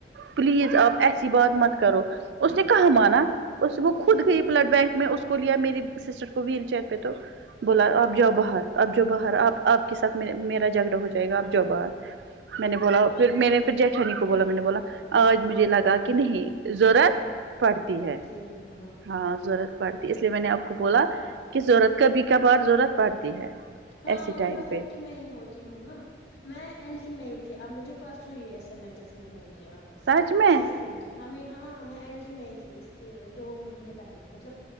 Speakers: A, on the right; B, on the left.
A: پلیز آپ ایسی بات مت کرو اس نے کہاں مانا اس
B: ہوں
A: وہ خود گئی بلڈ بینک میں کو کو لیا میری سسٹر کو ویل چیئر پہ تو بولا آپ جاؤ باہر آپ جا باہر آپ آپ کے ساتھ میرا جھگڑا ہو جائے گا آپ جاؤ باہر
B: ہوں
A: میں نے بولا
B: ہوں
A: پھر میں نے پھر جیٹھانی کو بولا میں نے بولا آج مجھے لگا کہ نہیں ضرورت پڑھتی ہے
B: جی ہاں ہاں ہاں
A: ہاں ضرورت پڑتی اس لیے میں نے آپ کو بولا کہ ضرورت کبھی کبھار ضرورت پڑتی ہے
B: ہاں
A: ایسے
B: اور
A: ٹائم
B: میں
A: پہ
B: او ٹی میں ہی ہوتی ہوں نا میں ایل ڈی میں ہی تھی اب مجھے پرسوں ہی ایس ایم ایچ ایس میں ہو گیا
A: سچ میں
B: شفٹ پنک ہمیں ہاں میں ایل ڈی میں ہی تھی اس کے دو مہینے پہلے مطلب